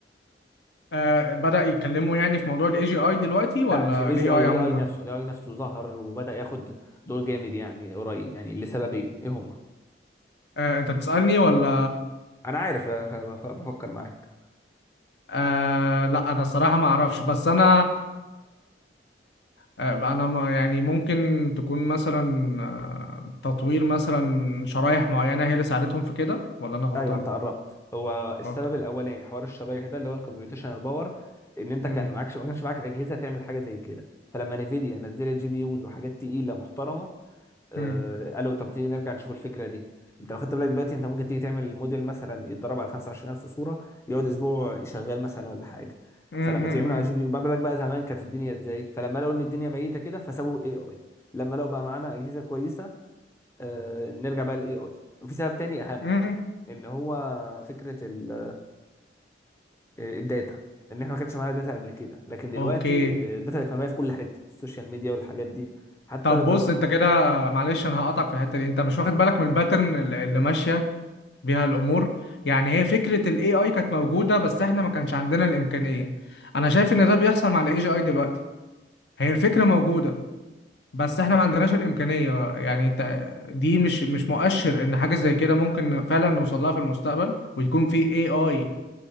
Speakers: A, on the left; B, on the left.
A: آه، بدأ يتكلموا يعني في موضوع الاي جي اي دلوقتي ولا
B: لا مش الاي
A: الاي
B: جي اي
A: اي
B: الاي
A: عموما
B: اي نفسه الاي اي نفسه ظهر وبدأ ياخد دور جامد يعني قريب يعني لسببين ايه هما
A: آه، انت بتسألني ولا
B: انا عارف آه، ف- بف- بفكر معاك
A: آه، لا انا الصراحة ما اعرفش بس انا آه، انا ما يعني ممكن تكون مثلا آه، تطوير مثلا شرايح معينة هي اللي ساعدتهم في كده ولا انا غلطان
B: ايوه انت قربت هو السبب
A: اوكي
B: الاولاني حوار الشرايح ده اللي هو الكمبيوتيشنال باور ان انت
A: مم.
B: كان معكش ما كانش معاك اجهزه تعمل حاجه زي كده فلما نيفيديا نزلت جي بي يوز وحاجات تقيله محترمه آه،
A: مم.
B: قالوا طب ما تيجي نرجع نشوف الفكره دي انت لو خدت بالك دلوقتي انت ممكن تيجي تعمل موديل مثلا يتدرب على 25000 صوره يقعد اسبوع شغال مثلا ولا حاجه
A: مم.
B: فلما
A: مم.
B: تعمله على جي بي يو، ما بالك بقى زمان كانت الدنيا ازاي فلما لقوا ان الدنيا ميته كده فسابوا الاي اي لما لقوا بقى معانا اجهزه كويسه آه، نرجع بقى للاي اي وفي سبب تاني اهم
A: مم.
B: ان هو فكره ال- آه، الداتا ان احنا ما كانش معانا داتا قبل كده لكن دلوقتي
A: اوكي
B: آه، آه، الداتا بقت مرميه في كل حته السوشيال ميديا والحاجات دي حتى
A: طب
B: انت
A: بص
B: لو خدت
A: انت كده معلش انا هقطعك في الحتة دي انت مش واخد بالك من الباترن ال- اللي ماشية بيها الامور يعني هي فكرة الاي اي كانت موجودة بس احنا ما كانش عندنا الامكانية انا شايف ان ده بيحصل مع الاي جي اي دلوقتي هي الفكرة موجودة بس احنا ما عندناش الامكانيه يعني انت دي مش مش مؤشر ان حاجه زي كده ممكن فعلا نوصل لها في المستقبل ويكون في اي اي